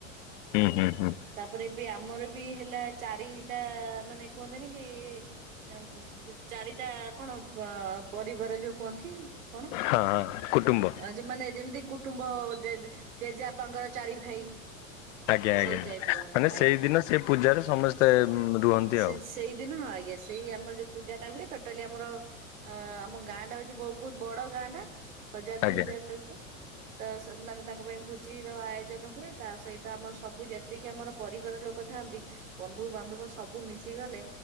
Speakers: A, on the left; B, on the right.
A: ହୁଁ ହୁଁ ହୁଁ।
B: ତାପରେ ବି ଆମର ବି ହେଲା ଚାରିଟା ମାନେ କୁହନ୍ତିନି କି ଏଁ ଚାରିଟା କଣ ପ ପରିବାର ଯୋଉ କୁହନ୍ତି କଣ?
A: ହଁ କୁଟୁମ୍ବ
B: ଅଁ ଯେ ମାନେ ଯେମିତି କୁଟୁମ୍ବ ଜେଜେ ଜେଜେ ବାପାଙ୍କର ଚାରି ଭାଇ।
A: ଆଜ୍ଞା
B: ସେଇ
A: ଆଜ୍ଞା
B: ଟାଇପର
A: ମାନେ
B: ଆଜ୍ଞା।
A: ସେଇଦିନ ସେ ପୂଜାରେ ସମସ୍ତେ ରୁହନ୍ତି
B: ସେ
A: ଆଉ
B: ସେଇଦିନ ଆଜ୍ଞା। ସେଇ ଆମର ଯୋଉ ପୂଜାଟା ହୁଏ, ତୋଟାଲି ଆମର ଅଁ ଆମ ଗାଁ ଟା ହୋଉଚି ବୋହୁତ ବଡ ଗାଁ ଟା। ହଜାର ଦି
A: ଆଜ୍ଞା
B: ହଜାର ଲୋକ ତ ମାନେ ତାଙ୍କ ପାଇଁ ଭୋଜିର ଆୟୋଜନ ହୁଏ ତା ସହିତ ତ ଆମର ସବୁ ଯେତିକି ଆମର ପରିବାର ଲୋକ ଥାଆନ୍ତି ବନ୍ଧୁବାନ୍ଧବ ସବୁ ମିଶିଗଲେ